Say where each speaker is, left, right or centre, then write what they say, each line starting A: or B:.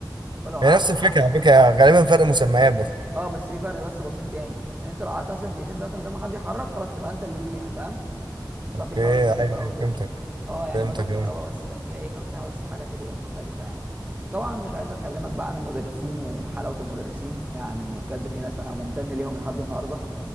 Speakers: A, on the right; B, on the right.
A: ولو قعد
B: هي نفس
A: بتاع
B: الفكره على فكره غالبا فرق مسميات
A: آه، بالظبط
B: بس
A: اه بس في فرق بس بسيط تاني ان انت لو قعدت مثلا دقيقتين ثلاثه من غير ما حد يحرك خلاص تبقى انت اللي فيها فاهم تطلع
B: اوكي
A: تجري ورا الناس
B: ايوه أيوة،
A: بقى وكده
B: فهمتك
A: اه يعني
B: فهمتك
A: بدل كهرباء
B: ايوه
A: بس كان فيها ايه كان فيها بس حاجه كده ايه مختلفه يعني وطبعا مش عايز اكلمك بقى عن المدرسين وحلاوه المدرسين يعني بجد في ناس انا ممتن ليهم لحد النهارده